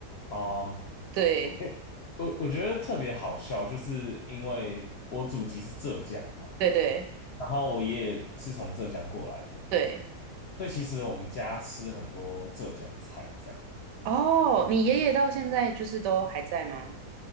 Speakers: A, on the left; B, on the right.
A: 哦，
B: 对
A: 我诶我我觉得特别好笑，就是因为我祖籍是浙江嘛，
B: 对对
A: 然后我爷爷是从浙江过来的，
B: 对，
A: 所以其实我们家吃很多浙江菜，这样
B: 哦，你爷爷到现在就是都还在吗？